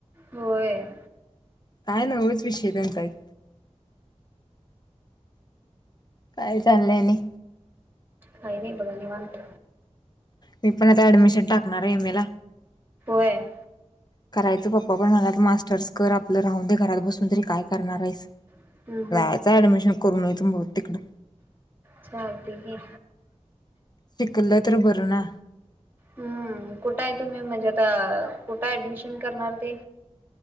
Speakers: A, on the right; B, on the left.
A: होय.
B: काय नवच विषय त्यांचा एक काय चाललंय आणि
A: काही नाही बघा निवांत.
B: मी पण आता ऍडमिशन टाकणार आहे एम ए ला.
A: बे.
B: करायचं पप्पा पण म्हणाल्यात मास्टर्स कर आपलं राहून दे घरात बसून तरी काय करणार आहेस.
A: हम्म हम्म
B: जायचं ऍडमिशन करून य तु बघत तिकडं.
A: चालतंय की.
B: शिकलं तर बर ना.
A: हम्म कुठे आहे तुम्ही म्हणजे आता कुठे ऍडमिशन करणार ते